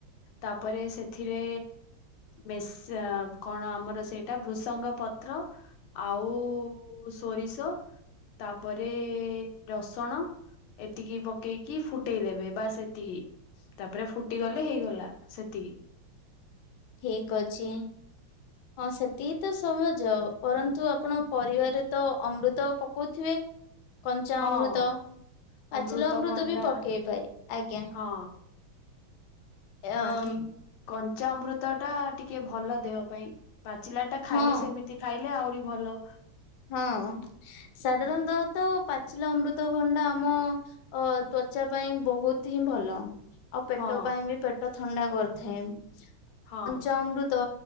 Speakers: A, on the left; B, on the left.
A: ତାପରେ ସେଥିରେ ମେସା କଣ ଆମର ସେଇଟା ଭୃଷଙ୍ଗ ପତ୍ର ଆଉ ସୋରିଷ ତାପରେ ରସଣ। ଏତିକି ପକେଇକି ଫୁଟେଇ ଦେବେ ବାସ୍ ଏତିକି। ତାପରେ ଫୁଟିଗଲେ ହେଇଗଲା ସେତିକି। କି
B: ଠିକ ଅଛି ହଁ ସେତିକି ତ ସହଜ। ପରନ୍ତୁ ଆପଣ ପରିବାରେ ତ ଅମୃତ ପକଉଥିବେ? କଞ୍ଚା
A: ହଁ।
B: ଅମୃତ ପାଚିଲା
A: ଅମୃତଭଣ୍ଡା
B: ଅମୃତ ବି ପକେଇ ପାରି ଆଜ୍ଞା।
A: ହଁ
B: ଆଁ।
A: ବାକି କଞ୍ଚା ଅମୃତ ଟା ଟିକେ ଭଲ ଦେହ ପାଇଁ। ପାଚିଲା ଟା ଖାଲି
B: ହଁ
A: ସେମିତି ଖାଇଲେ ଆହୁରି ଭଲ।
B: ହଁ ସାଧାରଣତଃ ତ ପାଚିଲା ଅମୃତଭଣ୍ଡା ଆମ ଅ ତ୍ଵଚା ପାଇଁ ବହୁତ ହିଁ ଭଲ। ଆଉ ପେଟ
A: ହଁ
B: ପାଇଁ ବି ପେଟ ଥଣ୍ଡା କରିଥାଏ। କଞ୍ଚା
A: ହଁ
B: ଅମୃତ।